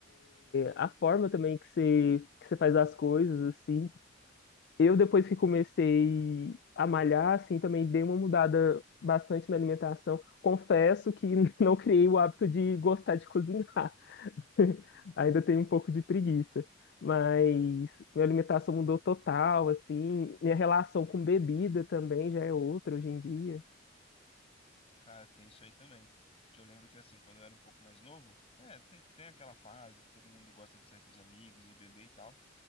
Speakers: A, on the left; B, on the left.
A: a forma também que você, que você faz as coisas, assim. Eu, depois que comecei a malhar, assim, também dei uma mudada bastante na alimentação. Confesso que <laughs> não criei o hábito de gostar de cozinhar. <laughs> Ainda tenho um pouco de preguiça. Mas minha alimentação mudou total, assim. Minha relação com bebida também já é outra hoje em dia.
B: Cara, tem isso aí também. Que eu lembro que assim, quando eu era um pouco mais novo, né, tem, tem aquela fase que todo mundo gosta de sair com os amigos e beber e tal.